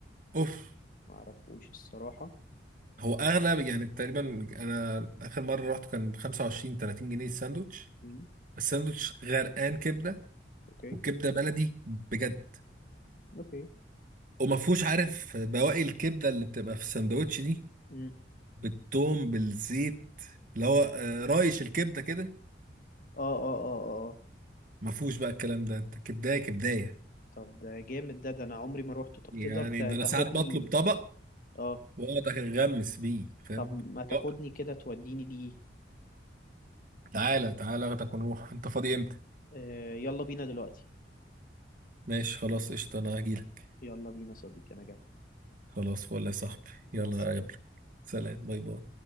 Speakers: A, on the right; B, on the left.
A: اوف
B: معرفوش الصراحة
A: هو اغلى
B: بس
A: يعني تقريبا انا اخر مره رحت كان ب 25 30 جنيه الساندوتش
B: مم.
A: بس الساندوتش غرقان كبده
B: أوكي
A: والكبده بلدي بجد
B: أوكي
A: وما فيهوش عارف بواقي الكبده اللي بتبقى في الساندوتش دي
B: مم.
A: بالثوم بالزيت اللي هو آه، رايش الكبده كده
B: اه اه اه اه اه.
A: ما فيهوش بقى الكلام ده انت كبدايه كبدايه
B: طب ده جامد ده ده انا عمري ما روحته طب
A: يعني
B: تقدر تا-
A: ده
B: تاخدني
A: انا ساعات بطلب طبق
B: اه
A: واقعد اغمس بيه فاهم
B: طب ما تاخدني
A: لا،
B: كده توديني ليه
A: تعالى تعالى اخدك ونروح انت فاضي امتى
B: آه يلا بينا دلوقتي
A: ماشي خلاص قشطه انا هجيلك
B: يلا بينا صديقي انا جاي
A: خلاص فل يا صاحبي يلا
B: مع السلامة
A: اقابلك سلام باي باي